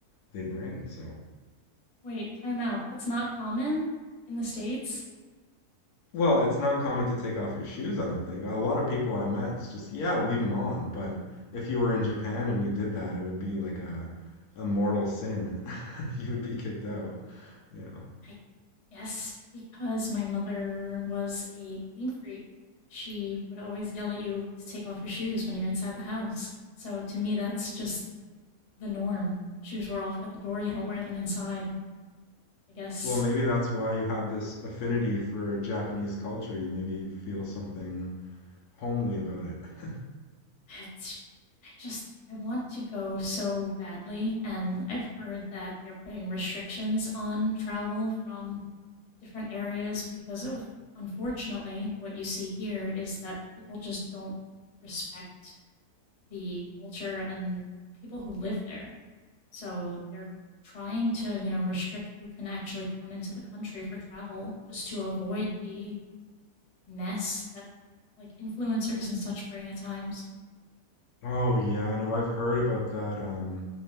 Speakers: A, on the left; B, on the left.
A: they bring. So,
B: Wait, time out. That's not common in the States?
A: Well, it's not common to take off your shoes, I don't think. A lot of people I've met, it's just, yeah, leave them on. But if you were in Japan and you did that, it would be like a a mortal sin. <laughs> You would be kicked out, you know.
B: I guess because my mother was a clean freak, she would always yell at you to take off your shoes when you're inside the house. So to me, that's just the norm. Shoes were off at the door, you don't wear them inside. I guess
A: Well, maybe that's why you have this affinity for Japanese culture. You maybe feel something homely about it. <laughs>
B: it's, I just, I want to go so badly. And I've heard that they're putting restrictions on travel from different areas because of, unfortunately, what you see here is that people just don't respect the culture and the people who live there. So they're trying to, you know, restrict who can actually come into the country for travel just to avoid the mess that like influencers and such bring at times.
A: Oh yeah, no, I've heard about that. Um,